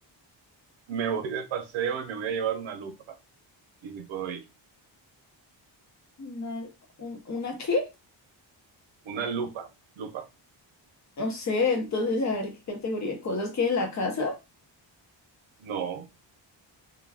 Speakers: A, on the right; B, on the left.
A: Me voy de paseo y me voy a llevar una lupa. Y si puedo ir.
B: ¿Una, un- una qué?
A: Una lupa. Lupa.
B: No sé, entonces a ver qué categoría de cosas que en la casa.
A: No.